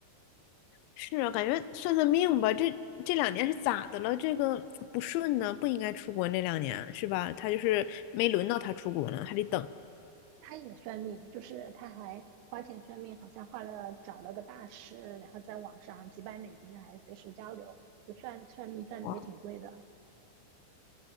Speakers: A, on the left; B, on the right.
A: 是啊，感觉算算命吧，这这两年是咋的了？这个不顺呢，不应该出国那两年是吧？他就是没轮到他出国呢，还得等。
B: 他也算命，就是他还花钱算命，好像花了找了个大师，然后在网上几百美金还随时交流，就算算命算的也挺贵的。
A: 哇